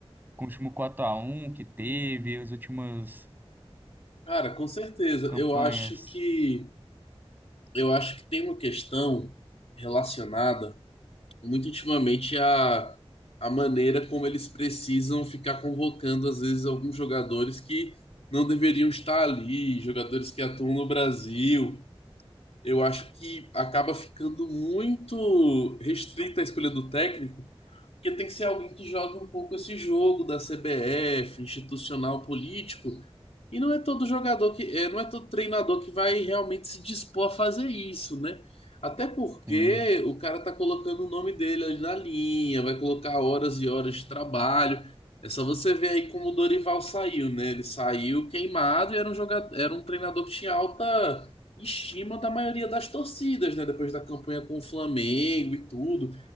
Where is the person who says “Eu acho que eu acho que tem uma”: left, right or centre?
Left